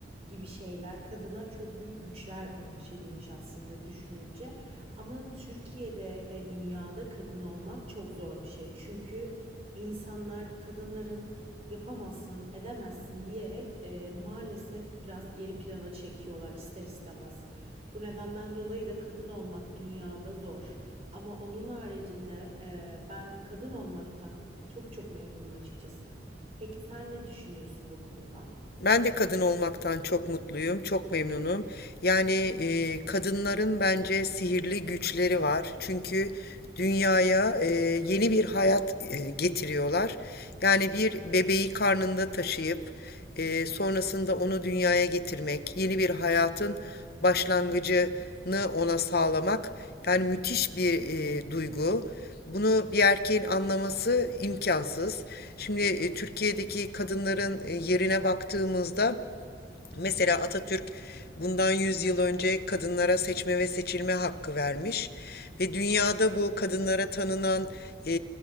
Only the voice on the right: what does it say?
gibi şeyler kadına çok büyük güçler bahşedilmiş aslında düşününce. Ama Türkiye'de ve dünyada kadın olmak çok zor bir şey. Çünkü insanlar kadınların yapamazsın, edemezsin diyerek e, maalesef biraz geri plana çekiyorlar ister istemez. Bu nedenden dolayı da kadın olmak dünyada zor. Ama onun haricinde e, ben kadın olmaktan çok çok memnunum açıkçası. Peki sen ne düşünüyorsun bu konuda?